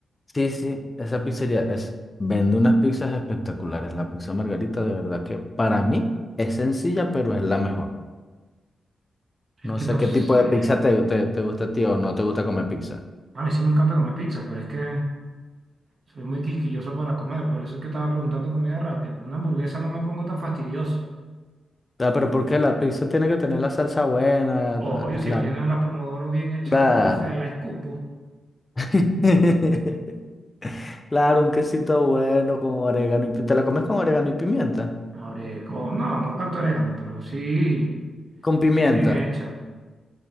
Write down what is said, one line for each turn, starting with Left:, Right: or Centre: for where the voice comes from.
Left: sí, sí, esa pizzería es, vende unas pizzas espectaculares. La pizza margarita, de verdad que para mí es sencilla, pero es la mejor.
Right: Es
Left: No
Right: que
Left: sé
Right: no sé.
Left: qué tipo de pizza te, te, te gusta a ti o no te gusta comer pizza.
Right: A mí sí me encanta comer pizza, pero es que soy muy quisquilloso para comer. Por eso es que estaba preguntando comida rápida. Una hamburguesa no me pongo tan fastidioso.
Left: Ah, pero porque la pizza tiene que tener la salsa buena?
Right: Obvio, si
Left: La,
Right: no tiene una pomodoro bien hecha,
Left: la,
Right: se la escupo.
Left: <laughs> claro, un quesito bueno con orégano y pi- ¿Te la comes con orégano y pimienta?
Right: Ahora, con- no, no tanto orégano, pero sí,
Left: Con pimienta.
Right: sí bien hecha.